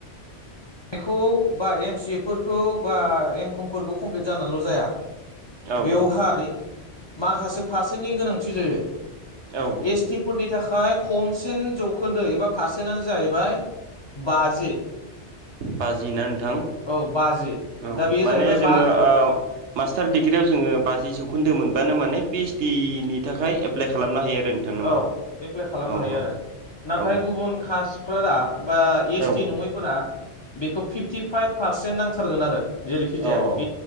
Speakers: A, on the left; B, on the right.
A: बेखौ बा एम सि ए फोरखौ बा एमकमफोरखौ कमप्लिट जानानैल' जाया
B: औ
A: बेवहाय माखासे फारसेन्टनि गोनांथि जायो
B: औ
A: एस टिफोरनि थाखाय खमसिन जौखोन्दो एबा पारसेन्टआनो जाहैबाय बाजि
B: बाजि ना नोंथां
A: औ बाजि
B: औ
A: दा बेयो
B: माने
A: जाहैबाय
B: जोङो
A: बा
B: ओ मास्टार डिग्रियाव जोङो बाजि जौखोन्दो मोनबानो माने पिओइसडि निनि थाखाय एप्लाइ खालामनो हायो आरो नोंथां नामा?
A: औ एप्लाइ खालामनो
B: औ
A: हायो
B: औ
A: आरो नाथाय
B: औ
A: गुबुन कास्ट फोरा बा एस
B: औ
A: टि नङैफोरा बेखौ फिफ्टि फाइभ पारसेन्ट नांथारगोन आरो। जेरैखि जाया
B: औ